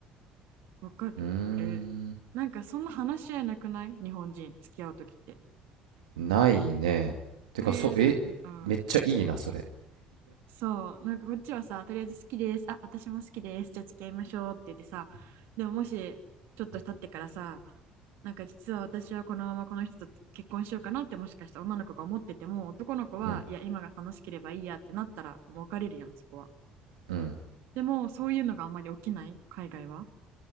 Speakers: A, on the right (about 70°); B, on the right (about 80°).
A: 分かる。
B: うんうんう
A: なんかそんな話し合いなくない日本人、付き合うときって。
B: ーんないねてかそえめっちゃいいなそれ
A: それ、うん。そう、なんかこっちはさ、とりあえず好きです。あ、私も好きです。じゃあ付き合いましょうって言ってさ、でももし、ちょっと経ってからさ、なんか実は私はこのままこの人と結婚しようかなってもしかしたら女の子が思ってても、男の子は、
B: うん
A: いや、今が楽しければいいやってなったら、もう別れるやん、そこは。
B: うん
A: でも、そういうのがあんまり起きない、海外は。